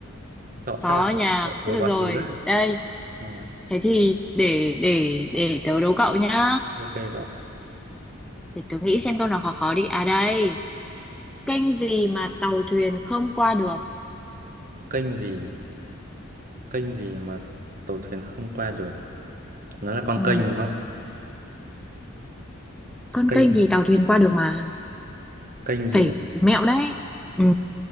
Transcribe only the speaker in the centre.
khó
nhà
thế được
rồi
đây
thế thì để để để tớ đố cậu nhá
để tớ nghĩ xem câu nào khó khó đi à đây kênh gì mà tàu thuyền không qua được
ừ
con
kênh thì tàu thuyền qua được mà
phải mẹo đấy ừ